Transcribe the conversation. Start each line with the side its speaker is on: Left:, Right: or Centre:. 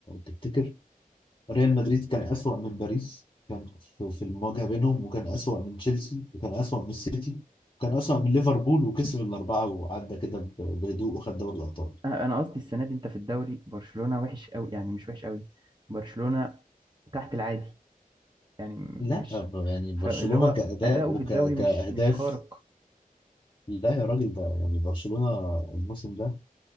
Left: تفتكر ريال مدريد كان أسوأ من باريس كان في في المواجهة بينهم وكان أسوأ من تشيلسي وكان أسوأ من السيتي وكان أسوأ من ليفربول وكسب الأربعة وعدى كده ب- بهدوء وخد دوري الأبطال
Right: آه، انا قصدي السنه دي انت في الدوري برشلونه وحش قوي يعني مش وحش قوي برشلونه تحت العادي يعني م-
Left: لا
Right: مش
Left: ب- يعني برشلونة
Right: فاللي هو
Left: كأداء
Right: اداؤه
Left: وكأهداف
Right: في الدوري مش مش خارق
Left: لا يا راجل ده يعني برشلونة الموسم ده